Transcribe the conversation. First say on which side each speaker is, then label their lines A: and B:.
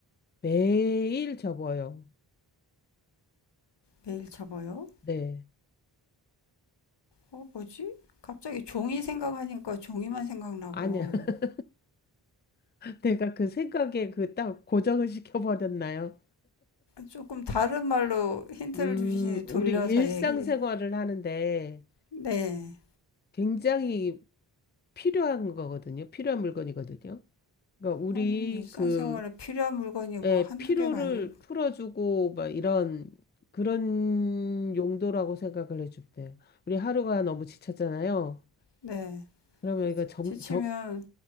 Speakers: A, on the left; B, on the left.
A: 매일 접어요.
B: 매일 접어요?
A: 네.
B: 어, 뭐지? 갑자기 종이 생각하니까 종이만 생각나고.
A: 아니야. <laughs> 내가 그 생각에 그 딱 고정을 시켜버렸나요?
B: 조금 다른 말로 힌트를
A: 음,
B: 주시니 돌려서
A: 우리 일상생활을
B: 얘기.
A: 하는데
B: 네.
A: 굉장히 필요한 거거든요. 필요한 물건이거든요. 그러니까 우리
B: 아니, 일상생활에
A: 그
B: 필요한 물건이 뭐
A: 예,
B: 한두
A: 피로를
B: 개가 아닐,
A: 풀어주고 막 이런 그런 용도라고 생각을 해주면 돼요. 우리 하루가 너무 지쳤잖아요.
B: 네.
A: 그러면 이거 정,
B: 지치면
A: 정,